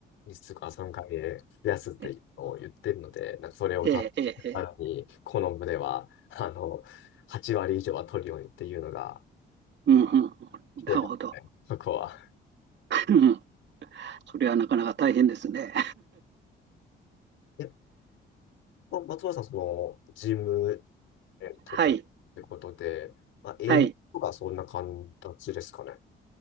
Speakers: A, on the left; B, on the right.
A: 実は3回で増やすってを言ってるので、
B: え
A: なんかそれを達成しらに、
B: え、ええ、ええ
A: この部では、あの、8割以上は取るようにっていうのが
B: うんう
A: 来てますね、
B: ん。なるほど。
A: そこは。
B: <laughs> うんそれはなかなか大変ですね。
A: え、ま松原さん、その、事務えっと、
B: はい、
A: ということで、まあ、営業とかそんな形ですかね。
B: はい。